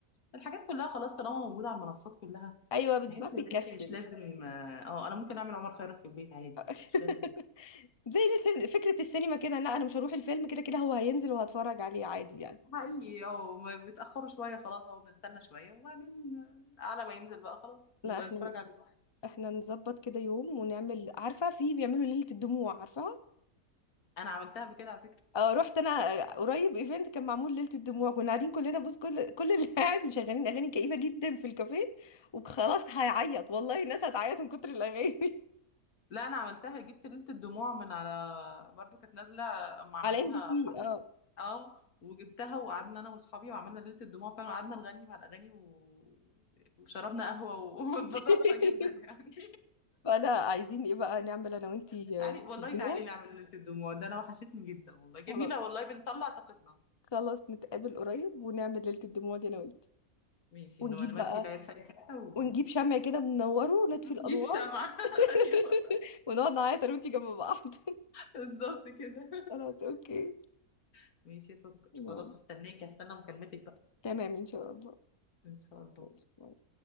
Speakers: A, on the left; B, on the left.
A: الحاجات كلها خلاص طالما موجودة على المنصات كلها
B: ايوه بتبقى
A: تحس
B: بيكسل
A: ان انت مش لازم اه انا ممكن اعمل عمر خيرت في البيت عادي
B: <laughs>
A: يعني مش لازم
B: زي نفس فكره السينما كده لا انا مش هروح الفيلم كده كده هو هينزل وهتفرج عليه عادي يعني
A: حقيقي اه ما بيتأخروا شوية خلاص اهو بنستنى شوية وبعدين على ما ينزل بقى خلاص
B: لا
A: نبقى
B: احنا
A: نتفرج عليه
B: احنا نظبط كده يوم ونعمل عارفه في بيعملوا ليله الدموع عارفه
A: انا عملتها بكده على فكرة
B: اه رحت انا آه، قريب ايفنت كان معمول ليله الدموع كنا قاعدين كلنا بص كل كل اللي <laughs> قاعد مشغلين اغاني كئيبه جدا في الكافيه وخلاص هيعيط والله الناس هتعيط من كتر الاغاني
A: لا انا عملتها جبت ليلة الدموع من على برضو كانت نازلة
B: <laughs>
A: اما عملوها
B: على ام بي سي
A: حفلة
B: اه
A: اه وجبتها وقعدنا انا واصحابي وعملنا ليلة الدموع فعلا وقعدنا نغني مع الاغاني و... وشربنا قهوة و- <laughs> واتبسطنا
B: <laughs>
A: جدا يعني
B: فانا عايزين ايه بقى نعمل انا وانتي
A: <laughs> تعالي
B: آه، ليله
A: والله
B: الدموع
A: تعالي نعمل ليلة الدموع ده انا وحشتني جدا والله
B: خلاص
A: جميلة والله بنطلع طاقتنا
B: خلاص نتقابل قريب ونعمل ليله الدموع دي انا وانتي
A: ماشي
B: ونجيب
A: انه نودي
B: بقى
A: العيال في أي حتة و
B: ونجيب شمع كده ننوره ونطفي الانوار
A: نجيب شمعة <laughs> ايوه
B: <laughs> ونقعد نعيط انا وانتي جنب بعض <laughs>
A: بالظبط كده
B: خلاص اوكي
A: <laughs> ماشي يا سكر
B: يلا
A: خلاص هستناك هستنى مكالمتك بقى
B: تمام ان شاء الله
A: ان شاء الله
B: ماشي